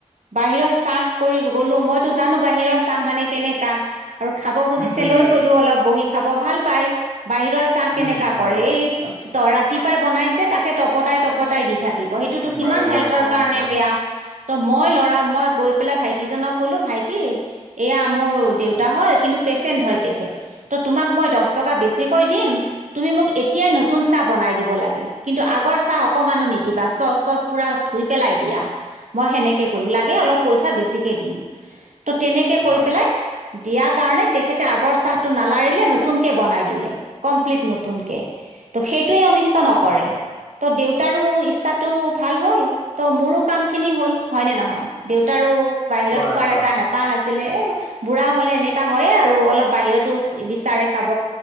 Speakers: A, on the right; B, on the left.
A: বাহিৰত চাহ কৰিব গ'লো। মইতো জানো বাহিৰৰ চাহ মানে কেনেকা। আৰু খাব খুজিছে
B: উম হম
A: লৈ গ'লো। অলপ বহি খাব ভাল পাই, বাহিৰৰ চাহ কেনেকা
B: উম হয়
A: কৰে, এই ৰাতিপুৱাই বনাইছে তাকে তপতাই- তপতাই দি থাকে। লাগিব সেইটোতো কিমান
B: বাৰে বাৰে
A: হেল্থৰ
B: গৰম
A: কাৰণে
B: কৰে
A: বেয়া। ত' মই ল'ৰা, মই গৈ পেলাই ভাইটিজনক ক'লো, ভাইটি এয়া মোৰ দেউতা
B: চাপ
A: হয় কিন্তু পেচেণ্ট হয় তেখেত, তো তোমাক মই দশ টকা বেছিকৈ দিম তুমি মোক এতিয়া নতুন চাহ বনাই দিব লাগে কিন্তু আগৰ চাহ অকমানো নিদিবা চচ-চচ পুৰা ধুই পেলাই দিয়া। মই সেনেকে ক'লো লাগে অলপ পইচা বেছিকে দিম। ত' তেনেকে
B: হয়
A: কৈ পেলাই দিয়া কাৰণে তেখেতে আগৰ চাহটো নালাৰিলে নতু নতুনকে বনাই দিলে কমপ্লিট নতুনকে। ত' সেইটোৱে অনিষ্ট নকৰে।
B: হয়
A: ত' দেউতাৰো ইচ্ছাটো ভাল হ'ল, ত' মোৰো কামখিনি হ'ল হয়নে নহয়? দেউতাৰো বাহিৰত
B: হয়
A: খোৱাৰ
B: হয়
A: এটা হে পাহ আছিলে এ বুঢ়া হ'লে এনেকা হয়ে আৰু অলপ বাহিৰতো বিচাৰে খাব।